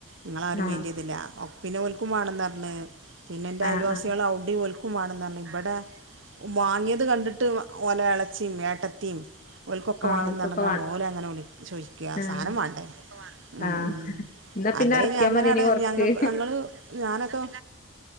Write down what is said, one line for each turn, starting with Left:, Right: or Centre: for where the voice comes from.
Right: ഇങ്ങളാരും
Left: ആഹ്
Right: മൈന്റെയിതീല <unintelligible> പിന്നെ ഓല്ക്കും വാണന്നർഞ്ഞ് പിന്നെന്റെ
Left: ആഹ്
Right: അയൽവാസികള്
Left: ആഹ്
Right: അവടേം ഓല് ക്കുംവാണന്നർഞ് ഇബടെ വാങ്ങിയത് കണ്ടിട്ട് വ ഓലെ ആളെ ച്ചിം ഏട്ടതിം ഒൽകൊക്കെ
Left: ആഹ്
Right: വാണന്നറിഞ്ക്കാണ്ട്
Left: ഓൽക്കൊക്കെ വാണം
Right: ഓലങ്ങനെ വിളിച്ചോയിക്ക
Left: ആഹ്
Right: സാനം വാണ്ടെ മം
Left: ആഹ് ഇന്നാ പിന്നെ
Right: അതയിന്
Left: എറക്കിയാ
Right: അങ്ങനെടെ
Left: മത്യേനി കൊർച്ച്
Right: ഞങ്ങ ഞങ്ങള് ഞാനൊക്കെ